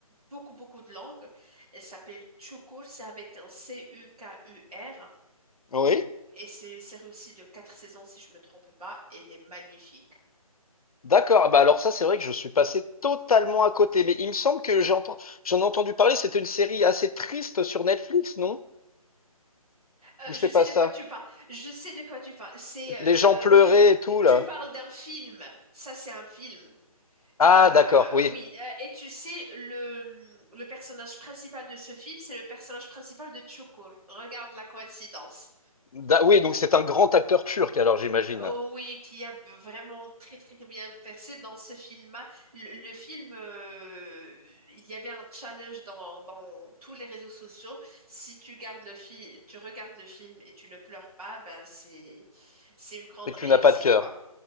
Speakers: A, on the right (about 75°); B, on the left (about 70°).
A: beaucoup, beaucoup de langues. Elle s'appelle Çukur. C'est avec un C-U-K-U-R.
B: Oui.
A: Et c'est une série aussi de quatre saisons, si je me trompe pas. Elle est magnifique.
B: D'accord. Ah Bah alors ça, c'est vrai que je suis passé totalement à côté. Mais il me semble que j'ai entendu, j'en ai entendu parler. C'était une série assez triste sur Netflix, non?
A: Euh,
B: Ou c'est
A: je sais
B: pas
A: de
B: ça?
A: quoi tu parles. Je sais de quoi tu parles. C'est, euh,
B: Les gens pleuraient
A: de- de-
B: et tout,
A: tu
B: là.
A: parles d'un film. Ça, c'est un film.
B: Ah
A: Euh,
B: d'accord, oui.
A: oui. Euh, Et tu sais, le, le personnage principal de ce film, c'est le personnage principal de Chukur. Regarde la coïncidence.
B: Da- oui, donc c'est un grand acteur turc alors j'imagine.
A: Oh oui, qui a vraiment très très bien percé dans ce film-là. Le, le film, euh, il y avait un challenge dans, dans tous les réseaux sociaux. Si tu gardes le fi- tu regardes le film et tu ne pleures pas, ben c'est c'est une grande
B: C'est
A: réussite,
B: que tu n'as pas de cœur.
A: quoi.